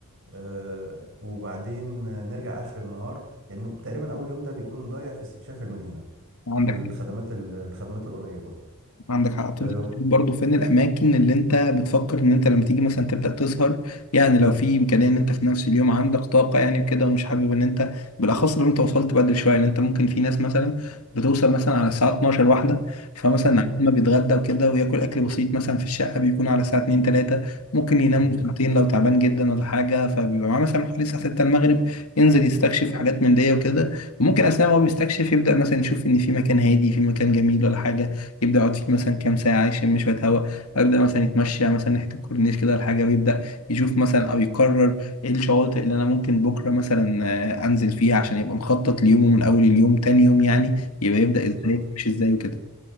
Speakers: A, on the right (about 60°); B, on the left (about 80°).
A: آه، وبعدين نرجع آخر النهار يعني تقريبا أول يوم ده بيكون ضايع في استكشاف المدينة
B: عندك
A: والخدمات ال- الخدمات القريبه
B: عندك حق بتبدأ
A: آه،
B: تشوف برضه فين الأماكن اللي أنت بتفكر إن أنت لما تيجي مثلا تبدأ تسهر يعني لو في إمكانية إن أنت في نفس اليوم عندك طاقة يعني كده ومش حابب إن أنت بالأخص لو أنت وصلت بدري شوية إن أنت ممكن في ناس مثلا بتوصل مثلا على الساعة 12 واحدة فمثلا
A: مم،
B: عندما ما بيتغدى وكده وياكل أكل بسيط مثلا في الشقة بيكون على الساعة 2 3 ممكن ينام
A: صحيح
B: له ساعتين لو تعبان جدا ولا حاجة فبيبقى معاه مثلا حوالي الساعة 6 المغرب ينزل يستكشف حاجات من دي وكده وممكن أثناء ما هو بيستكشف يبدأ مثلا يشوف إن في مكان هادي في مكان جميل ولا حاجة يبدا يعطيك مثلا كام ساعه يشم شويه هواء ويبدا مثلا يتمشى مثلا ناحيه الكورنيش كده ولا حاجه ويبدا يشوف مثلا او يقرر ايه الشواطئ اللي انا ممكن بكره مثلا آه، انزل فيها عشان يبقى مخطط ليومه من اول اليوم تاني يوم يعني يبقى يبدا
A: بالظبط
B: ازاي يمشي ازاي وكده